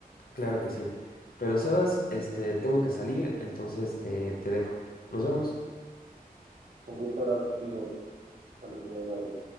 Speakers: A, on the left; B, on the right.
A: Claro que sí. Pero Sebas, este, tengo que salir, entonces te, te dejo. Nos vemos.
B: Un gusto hablar contigo. Un saludo, Eduardo.